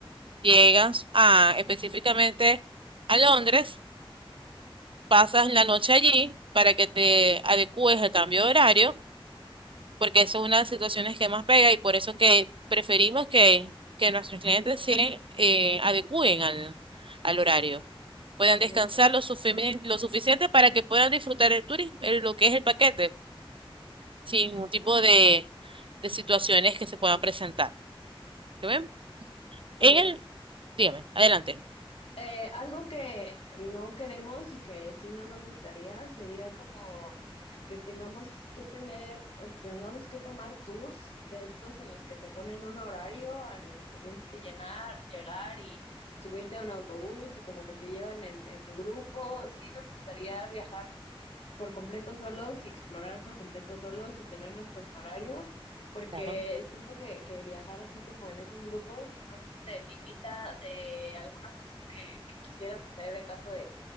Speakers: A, on the right; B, on the left.
A: llegas a, específicamente a Londres, pasas la noche allí para que te adecúes al cambio de horario, porque eso es una de las situaciones que más pega y por eso que preferimos que, que nuestros clientes se eh, adecúen al, al horario. Puedan
B: Perfecto.
A: descansar lo, sufimi- lo suficiente para que puedan disfrutar el turismo, lo que es el paquete sin ningún tipo de, de situaciones que se puedan presentar. ¿Te ven? En
B: Ok,
A: el, dígame, adelante.
B: Eh, algo que no queremos y que sí no nos gustaría sería como que tengamos que tener o que tengamos que tomar tours de estos en los que te ponen un horario, a los que tienes que llenar, llegar y subirte a un autobús y como que te llevan en, en grupo. Sí nos gustaría viajar por completo solos y explorar por completo solos y tener nuestros horarios, porque
A: Claro.
B: siento que, que viajar así como en esos grupos de pronto te limita de algunas cosas que, que quisieras hacer en caso de,